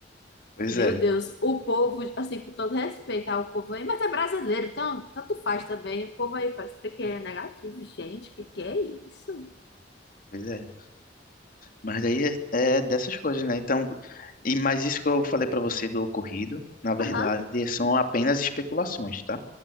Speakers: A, on the left; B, on the left.
A: Pois
B: Meu
A: é,
B: Deus, o povo, assim, com todo respeito ao povo aí, mas é brasileiro, então tanto faz também. O povo aí parece que é negativo. Gente, que que é isso?
A: pois é. Mas daí é, é dessas coisas, né? Então, e, mas isso que eu falei pra você do ocorrido, na verdade,
B: Aham,
A: são apenas especulações, tá?